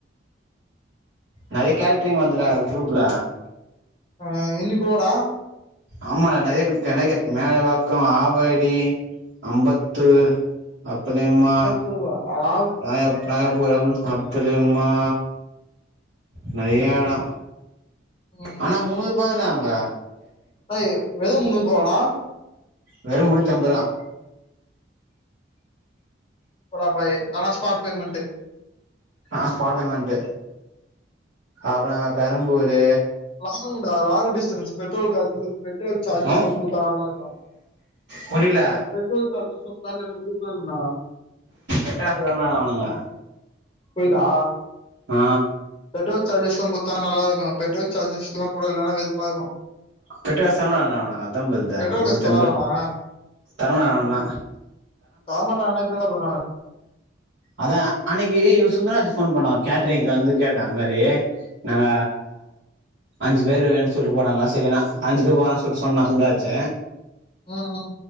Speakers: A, on the right; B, on the left.
A: நறைய கேட்ரிங் வருதுடா குரூப்ல
B: ஆ என்னைக்கோ டா
A: ஆமா டா நறைய கம் கனக மேலவாக்கம் ஆவடி ஐம்பத்து அப்பளேமா
B: துவோ ஆ
A: ராயா ராயபுரம் கத்திரிமா நரயா எடோ
B: ம்
A: ஆனா மூணு பே இந்தாங்க
B: அ வெறும் முந்நூறு ரூபாவாடா
A: வெறும் முண்ணுத்தம்பதா
B: போடா ஃபை ஆனா ஸ்பாட் பேமெண்ட்
A: அ ஸ்பாட் பேமெண்ட் அப்ரோ பெரம்பூர்
B: லாங் டா லாங் டிஸ்டன்ஸ் பெட்ரோல் காது பெட்ரோல் சார்ஜஸும்
A: ஆ
B: குடுத்தா நல்லா இருக்கும்
A: புரியல
B: பெட்ரோல் சார்ஜஸீம் <unintelligible>
A: <unintelligible> அவுனுங்க
B: புரிதா
A: ஆ
B: பெட்ரோல் சார்ஜஸ்லா குத்தா நல்லா இருக்கூ பெட்ரோல் சார்ஜஸ்ல கூட இல்லனா வெறுப்பா இருக்கூ
A: பெட்ரஸ் தனம ஆனங்க அதாபொலுது
B: பெட்ரோல்
A: முன்ஐம்ப
B: காசு தராங்களாமா
A: தரமண ஆனுங்கல
B: தரமாட்டாங்க அனா இப்டிலா பண்ணவாங்க
A: அதா அன்னிக்கு இவ சுந்தராஜ் ஃபோன் பண்ண கேட்டிரிங்க்க வந்து கேட்ட இந்த மாரி நாங்க அஞ்சு பேரு வேணு சொல்லிட்டு போனாங்க சரினா
B: ம்,
A: அஞ்சு பேர் வோணுசொல்லிட்டு சொன்னா சுன்டராஜி
B: மூனு மாசோ